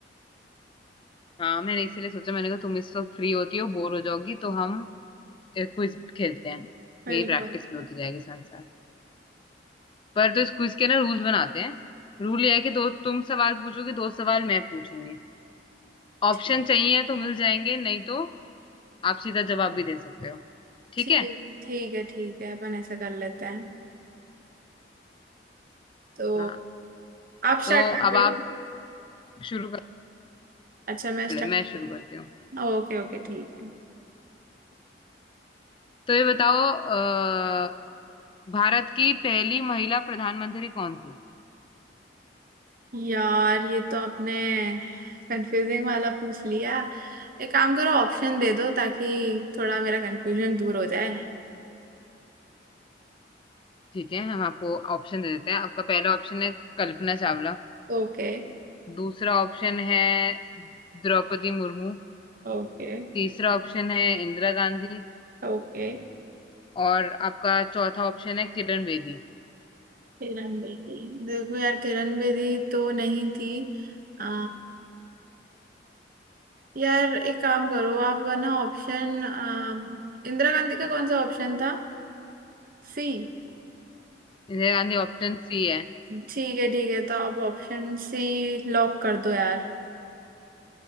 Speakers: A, on the left (about 30°); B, on the right (about 50°).
A: हाँ मैंने इसीलिए सोचा मैंने कहा तुम इस वक्त फ्री होती हो बोर हो जाओगी तो हम क्विज खेलते हैं
B: बिल्कुल
A: मेरी प्रैक्टिस भी होती जाएगी साथ साथ पर तो इस क्विज के ना रूल्स बनाते हैं रूल ये है कि दो तुम सवाल पूछोगे दो सवाल मैं पूछूंगी ऑप्शन
B: ठीक
A: चाहिए तो मिल जाएंगे नहीं तो आप सीधा जवाब भी दे सकते हो ठीक
B: ठीक
A: है
B: ठीक है ठीक है अपन ऐसा कर लेते हैं तो
A: हाँ
B: आप स्टार्ट
A: तो
B: कर
A: अब
B: रहे
A: आप
B: हैं
A: शुरू कर
B: अच्छा मैं स्टार्ट
A: पहले मैं शुरू करती हूँ
B: ओके ओके ठीक है
A: तो ये बताओ अ, भारत की पहली महिला प्रधानमंत्री कौन थी
B: यार ये तो आपने कंफ्यूजिंग वाला पूछ लिया एक काम करो ऑप्शन दे दो ताकि थोड़ा मेरा कंफ्यूजन दूर हो जाए
A: ठीक है हम आपको ऑप्शन दे देते हैं आपका पहला ऑप्शन है कल्पना चावला
B: Okay
A: दूसरा ऑप्शन है द्रौपदी मुर्मू
B: Okay
A: तीसरा ऑप्शन है इंदिरा गांधी
B: Okay
A: और आपका चौथा ऑप्शन है किरण बेदी
B: Kiran Bedi देखो यार किरण बेदी तो नहीं थी आ, यार एक काम करो आप ना ऑप्शन इंदिरा गांधी का कौन सा ऑप्शन था सी
A: इंदिरा गांधी ऑप्शन सी है
B: ठीक है ठीक है तो आप ऑप्शन सी लॉक कर दो यार